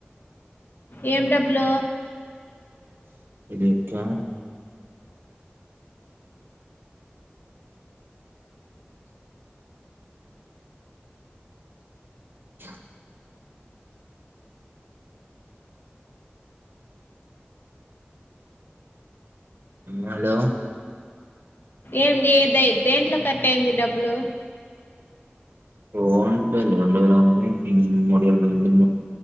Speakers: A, on the left; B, on the right.
A: ఏం డబ్బులు
B: ఇది ఎట్లా స హలో
A: ఎండి దే దేంట్లో కట్టైంది డబ్బులు
B: ఫోన్ పేలో రెండు వేలంది మూడు వేల రెండుందలు